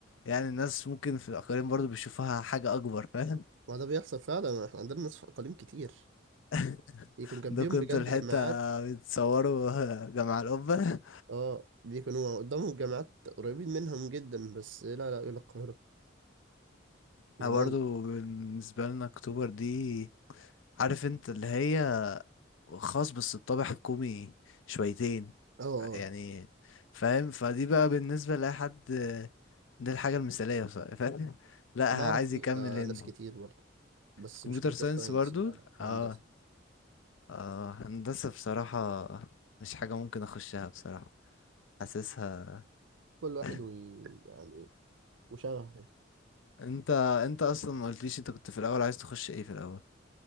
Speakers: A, on the left; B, on the right.
A: يعني الناس ممكن في الأقاليم برضو بيشوفوها حاجة أكبر فاهم
B: ما ده بيحصل فعلا احنا عندنا ناس في اقاليم كتير
A: <laughs>
B: يكون جنبيهم
A: ده كنت
B: بجد
A: الحتة
B: جامعات
A: بتصوروا جامعة <laughs> القبة
B: اه بيكونوا قدامهم جامعات قريبين منهم جدا بس لا لا يقول لك القاهره
A: احنا
B: جمال
A: برضه بالنسبة لنا اكتوبر دي عارف انت اللي هي خاص بس بطابع حكومي شويتين
B: اه اه
A: يعني فاهم فدي بقى بالنسبة لأي حد دي الحاجة المثالية بصراحة فاهم لا
B: انا اعرف
A: عايز
B: فيها
A: يكمل هنا
B: ناس كتير برضه بس
A: في كمبيوتر
B: مش كمبيوتر
A: ساينس
B: ساينس
A: برضو
B: لا لا هندسه
A: اه اه هندسة بصراحة مش حاجة ممكن اخشها بصراحة حاسسها
B: كل واحد
A: <laughs>
B: وي... يعني وشغفه
A: انت انت اصلا ما قلتليش انت كنت في الاول عايز تخش ايه في الاول